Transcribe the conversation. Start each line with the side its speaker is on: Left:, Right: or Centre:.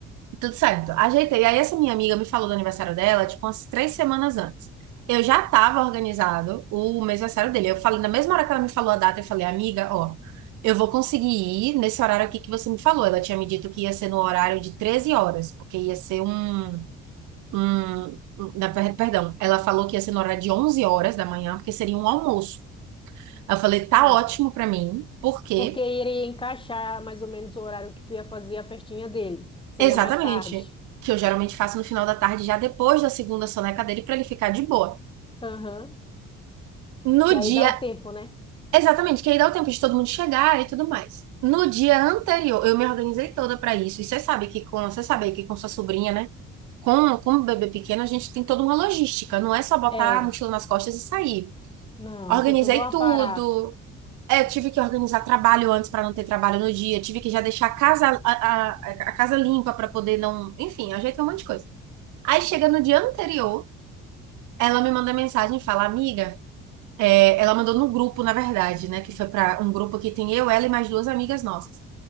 Right: Tudo certo. Ajeitei. Aí essa minha amiga me falou do aniversário dela, tipo, umas três semanas antes. Eu já estava organizado o mês aniversário dele. Eu falei, na mesma hora que ela me falou a data, eu falei, amiga, ó, eu vou conseguir ir nesse horário aqui que você me falou. Ela tinha me dito que ia ser no horário de 13 horas, porque ia ser um, um, um- na, per- perdão, ela falou que ia ser no horário de 11 horas da manhã, porque seria um almoço. Aí Eu falei, tá
Left: Tá.
Right: ótimo pra mim, porque
Left: Porque iria encaixar mais ou menos o horário que tu ia fazer a festinha dele. Seria
Right: exatamente
Left: mais tarde.
Right: que eu geralmente faço no final da tarde, já depois da segunda soneca dele, pra ele ficar de boa.
Left: Aham.
Right: No
Left: Que aí
Right: dia,
Left: dá o tempo, né?
Right: exatamente, que aí dá o tempo de todo mundo chegar e tudo mais. No dia anterior, eu me organizei toda pra isso. E você sabe que com, você sabe que com sua sobrinha, né? Com, com o bebê pequeno, a gente tem toda uma logística, não é só botar
Left: É.
Right: a mochila nas costas e sair.
Left: Não,
Right: Organizei
Left: tem todo um aparato.
Right: tudo. É, tive que organizar trabalho antes para não ter trabalho no dia, tive que já deixar a casa, a, a, a casa limpa para poder não, enfim, ajeitei um monte de coisa. Aí chega no dia anterior, ela me manda mensagem e fala: "Amiga, É, ela mandou no grupo, na verdade, né? Que foi para um grupo que tem eu, ela e mais duas amigas nossas.